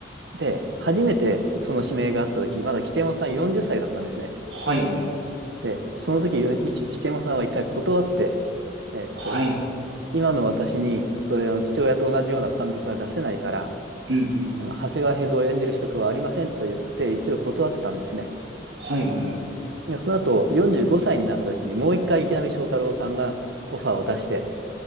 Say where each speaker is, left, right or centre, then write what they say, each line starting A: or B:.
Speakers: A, on the right (about 75°); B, on the right (about 80°).
A: で、初めてその指名があった時、まだ吉右衛門さん40歳だったんですね。
B: はいはいはい。
A: で、その時、よいち吉右衛門さんは一回断って、えーっと、
B: はい。
A: 今の私に、それの父親と同じような貫禄は出せないから、
B: うんうん。
A: 長谷川平蔵を演じる資格はありませんと言って、一度断ったんですね。
B: はいはいはい。
A: でその後、45歳になった時に、もう一回池波正太郎さんがオファーを出して、